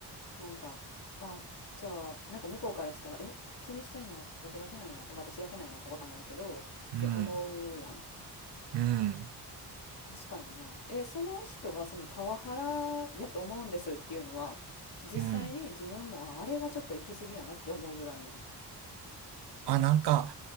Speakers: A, on the left (about 75°); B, on the right (about 85°).
A: なんか、あ、じゃあ、なんか向こうからしたら、え、気にしてんの僕だけなんや、私だけなんやんかわかんないけど、って思うやん。
B: う。うん。うん。
A: 確かにな。え、その人はそのパワハラやと思うんですっていうのは、実際に自分も、
B: うん。
A: あ、あれはちょっと行き過ぎやなって思うぐらいなん
B: あ、なんか、